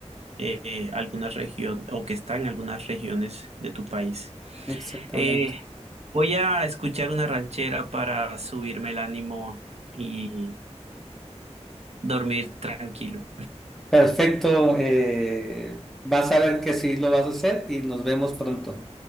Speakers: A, on the right (about 65°); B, in the centre.
A: eh, algunas regiones o que está en algunas regiones de tu país.
B: exactamente.
A: Eh, voy a escuchar una ranchera para subirme el ánimo y dormir tranquilo.
B: Perfecto. eh, vas a ver que sí lo vas a hacer y nos vemos pronto.